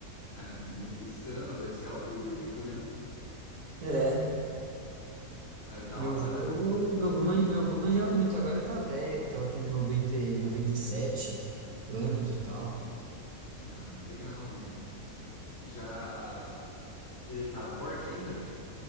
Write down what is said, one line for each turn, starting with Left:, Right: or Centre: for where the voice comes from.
Left: É muito insano, deve ser algo único, né?
Right: É.
Left: Mas da
Right: Meu
Left: hora,
Right: vô,
Left: mano.
Right: meu vô, man- meu vô manjava muito, agora tá velho, tá com noventa e noventa e sete anos e tal.
Left: Ah, legal, mano. Já. Ele tá forte ainda?